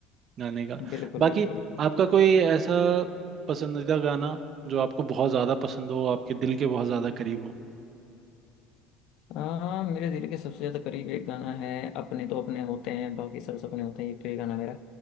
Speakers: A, on the right; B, on the left.
A: गाने का
B: बिल्कुल
A: बाकी
B: बिल्कुल बिल्कुल
A: आपका कोई ऐसा पसंदीदा गाना जो आपको बहुत ज्यादा पसंद हो आपके दिल के बहुत ज्यादा करीब हो
B: हाँ मेरे दिल के सबसे ज्यादा करीब एक गाना है अपने तो अपने होते हैं बाकी सब सपने होते हैं एक तो ये गाना मेरा